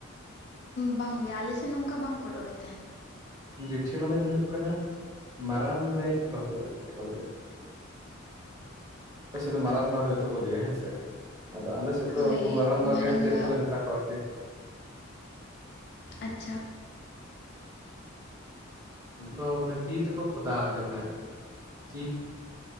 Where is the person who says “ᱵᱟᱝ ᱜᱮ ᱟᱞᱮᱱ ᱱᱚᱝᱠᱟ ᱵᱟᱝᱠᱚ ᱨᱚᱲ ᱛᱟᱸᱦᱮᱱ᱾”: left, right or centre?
Left